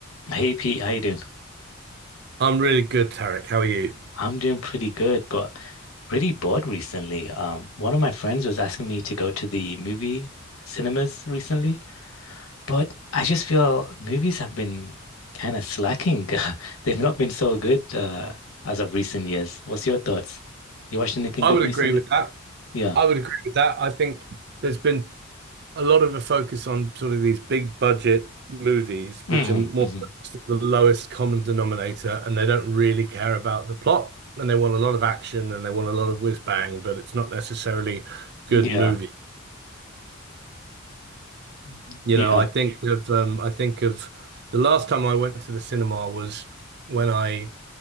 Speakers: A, on the left; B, on the right.
A: Hey Pete, how you doing?
B: I'm really good, Tarek. How are you?
A: I'm doing pretty good, but pretty bored recently. Um, one of my friends was asking me to go to the movie cinemas recently, but I just feel movies have been kind of slacking. <laughs> They've not been so good uh, as of recent years. What's your thoughts? You watched anything
B: I
A: good
B: would
A: recently?
B: agree with that.
A: Yeah.
B: I would agree with that. I think there's been a lot of a focus on sort of these big budget movies,
A: hmm
B: which are more
A: hmm
B: focused at the lowest common denominator, and they don't really care about the plot, and they want a lot of action and they want a lot of whiz bang, but it's not necessarily
A: Yeah.
B: good movie.
A: Mhm.
B: You
A: Yeah.
B: know, I think of um, I think of the last time I went to the cinema was when I